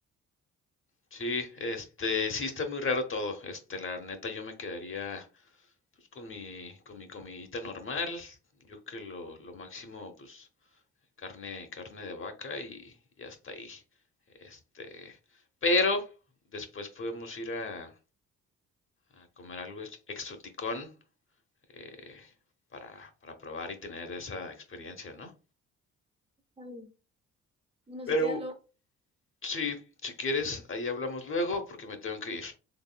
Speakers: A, on the left; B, on the right.
A: Sí, este, sí está muy raro todo. Este, la neta, yo me quedaría pues, con mi, con mi comidita normal. Yo que lo, lo máximo, pues, carne, carne de vaca y, y hasta ahí. Este, pero después podemos ir a, a comer algo ex- exoticón eh, para, para probar y tener esa experiencia, ¿no?
B: Está bien. Bueno,
A: Pero
B: si quieres luego.
A: Sí, si quieres, ahí hablamos luego porque me tengo que ir.